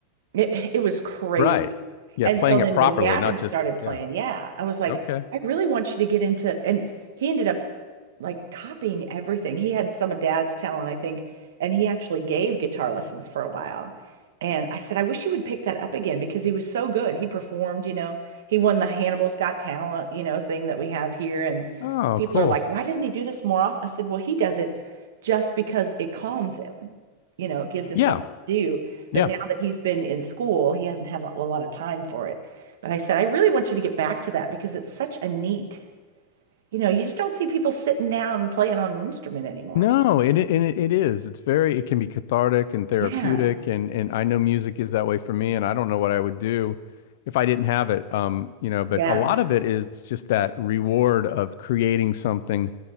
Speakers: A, on the right; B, on the left.
A: It, it was crazy.
B: Right. Yeah.
A: And
B: Playing
A: so then
B: it properly,
A: when Gavin
B: not
A: started
B: just
A: playing,
B: yeah.
A: yeah, I was like,
B: Okay.
A: I really want you to get into, and he ended up like copying everything. He had some of dad's talent, I think, and he actually gave guitar lessons for a while. And I said, I wish you would pick that up again because he was so good. He performed, you know, he won the Hannibal's Got Talent, you know, thing that we have here. And
B: Oh,
A: people
B: cool.
A: are like, Cool. why doesn't he do this more often? I said, well, he does it just because it calms him, you know, it gives him
B: Yeah.
A: something to do. But
B: Yeah.
A: now that he's been in school, he hasn't had a a lot of time for it. But I said, I really want you to get back to that because it's such a neat you know, you just don't see people sitting down and playing on an instrument anymore.
B: No, and it, and it, it is. It's very, it can be cathartic and therapeutic
A: Yeah.
B: and and I know music is that way for me and I don't know what I would do if I didn't have it. Um, you know, but
A: Yeah.
B: a lot of it is just that reward of creating something,